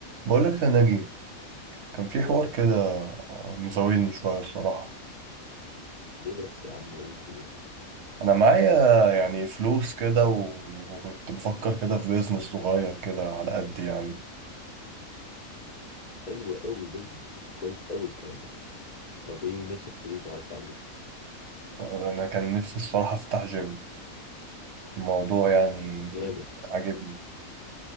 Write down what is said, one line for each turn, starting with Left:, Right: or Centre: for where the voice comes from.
Right: بقول لك يا نجيب كان في حوار
Left: يا حب
Right: كده مزاولني شوية الصراحة
Left: ليه بس يا عم اقول في ايه
Right: أنا معايا يعني فلوس كده و- وكنت بفكر كده في بيزنس صغير كده على قد يعني
Left: حلو قوي بيزنس كويس قوي الكلام ده طب ايه نفسك في ايه طب عايز تعمل ايه
Right: أنا كان نفسي الصراحة أفتح جيم الموضوع يعني
Left: جامد
Right: عاجبني